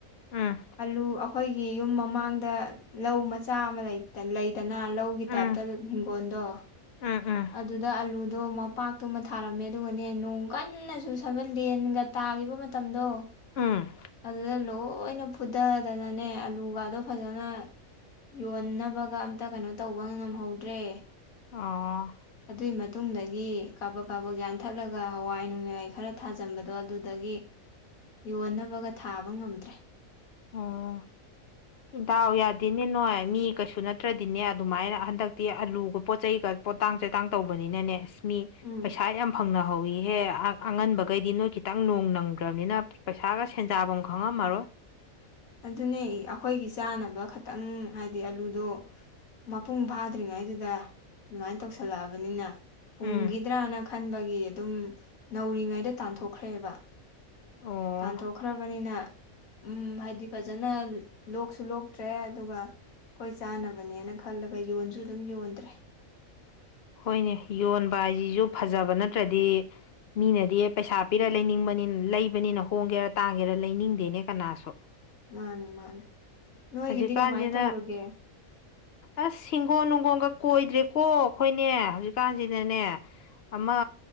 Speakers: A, on the left; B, on the left.
A: ꯎꯝ
B: ꯑꯂꯨ ꯑꯈꯣꯏꯒꯤ ꯌꯨꯝ ꯃꯃꯥꯡꯗ ꯂꯧ ꯃꯆꯥ ꯑꯃ ꯂꯩ ꯇ ꯂꯩꯗꯅ ꯂꯧꯒꯤ
A: ꯎꯝ
B: ꯇꯥꯏꯞꯇ ꯍꯤꯡꯒꯣꯟꯗꯣ
A: ꯎꯝ ꯎꯝ
B: ꯑꯗꯨꯗ ꯑꯂꯨꯗꯣ ꯃꯄꯥꯛꯇꯨꯃ ꯊꯥꯔꯝꯃꯦ ꯑꯗꯨꯒꯅꯦ ꯅꯣꯡ ꯀꯟꯅ ꯆꯨꯁꯤ ꯊꯕ ꯂꯦꯟꯒ ꯇꯥꯈꯤꯕ ꯃꯇꯝꯗꯣ
A: ꯎꯝ
B: ꯑꯗꯨꯗ ꯂꯣꯏꯅ ꯐꯨꯊꯗꯅꯅꯦ ꯑꯂꯨꯒꯗꯣ ꯐꯖꯅ ꯌꯣꯟꯅꯕꯒ ꯑꯝꯇ ꯀꯩꯅꯣ ꯇꯧꯕ ꯉꯝꯍꯧꯗ꯭ꯔꯦ
A: ꯑꯣ
B: ꯑꯗꯨꯏ ꯃꯇꯨꯡꯗꯒꯤ ꯀꯥꯕꯛ ꯀꯥꯕꯛ ꯌꯥꯟꯊꯠꯂꯒ ꯍꯋꯥꯏ ꯅꯨꯡꯌꯥꯏ ꯈꯔ ꯊꯥꯖꯟꯕꯗꯣ ꯑꯗꯨꯗꯒꯤ ꯌꯣꯟꯅꯕꯒ ꯊꯥꯕ ꯉꯝꯗ꯭ꯔꯦ
A: ꯑꯣ ꯗꯥꯎ ꯌꯥꯗꯤꯅꯦ ꯅꯣꯏ ꯃꯤ ꯀꯩꯁꯨ ꯅꯠꯇ꯭ꯔꯗꯤꯅꯦ ꯑꯗꯨꯃꯥꯏꯅ ꯍꯟꯗꯛꯇꯤ ꯑꯂꯨꯒ ꯄꯣꯠ ꯆꯩꯒ ꯄꯣꯇꯥꯡ ꯆꯩꯇꯥꯡ ꯇꯧꯕꯅꯤꯅꯅꯦ ꯑꯁ ꯃꯤ
B: ꯎꯝ
A: ꯄꯩꯁꯥ ꯌꯥꯝ ꯐꯪꯅꯍꯧꯋꯤꯍꯦ ꯑꯥ ꯑꯉꯟꯕꯒꯩꯗꯤ ꯅꯣꯏ ꯈꯤꯇꯪ ꯅꯣꯡ ꯅꯪꯒꯔ꯭ꯥꯕꯅꯤꯅ ꯄꯩꯁꯥꯒ ꯁꯦꯟꯖꯥꯐꯝ ꯈꯪꯉꯝꯃꯔꯣꯏ
B: ꯑꯗꯨꯅꯦ ꯑꯈꯣꯏꯒꯤ ꯆꯥꯅꯕ ꯈꯇꯪ ꯍꯥꯏꯗꯤ ꯑꯂꯨꯗꯣ ꯃꯄꯨꯡ ꯐꯥꯗ꯭ꯔꯤꯉꯩꯗꯨꯗ ꯗꯨꯃꯥꯏꯅ ꯇꯧꯁꯜꯂꯛꯑꯕꯅꯤꯅ ꯄꯨꯝꯒꯤꯗ꯭ꯔꯥꯅ
A: ꯎꯝ
B: ꯈꯟꯕꯒꯤ ꯑꯗꯨꯝ ꯅꯧꯔꯤꯉꯩꯗ ꯇꯥꯟꯊꯣꯛꯈ꯭ꯔꯦꯕ
A: ꯑꯣ
B: ꯇꯥꯟꯊꯣꯛꯈ꯭ꯔꯕꯅꯤꯅ ꯎꯝ ꯍꯥꯏꯗꯤ ꯐꯖꯅ ꯂꯣꯛꯁꯨ ꯂꯣꯛꯇ꯭ꯔꯦ ꯑꯗꯨꯒ ꯈꯣꯏ ꯆꯥꯅꯕꯅꯦꯅ ꯈꯜꯂꯒ ꯌꯣꯟꯁꯨ ꯗꯨꯝ ꯌꯣꯟꯗ꯭ꯔꯦ
A: ꯍꯣꯏꯅꯦ ꯌꯣꯟꯕ ꯍꯥꯏꯖꯤꯁꯨ ꯐꯖꯕ ꯅꯠꯇ꯭ꯔꯗꯤ ꯃꯤꯅꯗꯤ ꯄꯩꯁꯥ ꯄꯤꯔ ꯂꯩꯅꯤꯡꯕꯅꯤꯅ ꯂꯩꯕꯅꯤꯅ ꯍꯣꯡꯒꯦꯔꯥ ꯇꯥꯡꯒꯦꯔꯥ ꯂꯩꯅꯤꯡꯗꯦꯅꯦ ꯀꯅꯥꯁꯨ
B: ꯃꯥꯅꯤ ꯃꯥꯅꯤ ꯅꯣꯏꯒꯤꯗꯤ
A: ꯍꯧꯖꯤꯛꯀꯥꯟꯁꯤꯅ
B: ꯀꯃꯥꯏꯅ ꯇꯧꯔꯒꯦ
A: ꯑꯁ ꯍꯤꯡꯒꯣꯟ ꯅꯨꯡꯒꯣꯟꯒ ꯀꯣꯏꯗ꯭ꯔꯦꯀꯣ ꯍꯣꯏꯅꯦ ꯍꯧꯖꯤꯛꯀꯥꯟꯁꯤꯅꯅꯦ ꯑꯃ